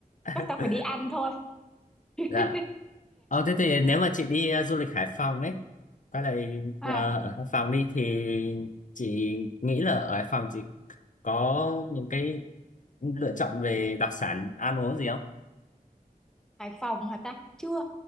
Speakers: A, on the left; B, in the centre.
A: <laughs>
B: chắc tao phải đi ăn thôi <laughs>
A: dạ Ờ, thế thì nếu mà chị đi ờ, du lịch Hải Phòng ấy, quay lại
B: à
A: ờ, ở Hải Phòng đi thì chị nghĩ là ở Hải Phòng chị có những cái lựa chọn về đặc sản ăn uống gì không?
B: Hải Phòng hả ta chưa